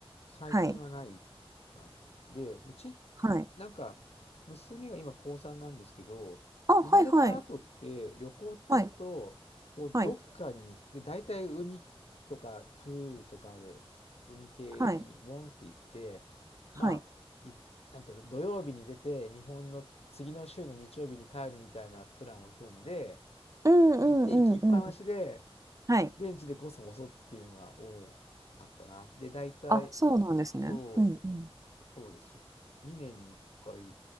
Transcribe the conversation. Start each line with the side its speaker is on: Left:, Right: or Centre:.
Left: 最近はないかな。
Right: はい。
Left: で、うち、
Right: はい。
Left: なんか、娘が今高3なんですけど、
Right: あ、
Left: 生まれた後って旅行っていうと、
Right: はいはい。はい。
Left: こうどっかに、
Right: はい。
Left: で、大体海とかプールとかある海系にモンって行って、
Right: はい。はい。
Left: まあ、い、なんていうの、土曜日に出て、日本の次の週の日曜日に帰るみたいなプランを組んで、
Right: うんうんうんうん。
Left: 行って行きっぱなしで、
Right: はい。
Left: 現地でこそこそっていうのが多かったな。で、大体、
Right: あ、そうなんですね。
Left: そ
Right: うんうん。
Left: う。そうです。2年に1回。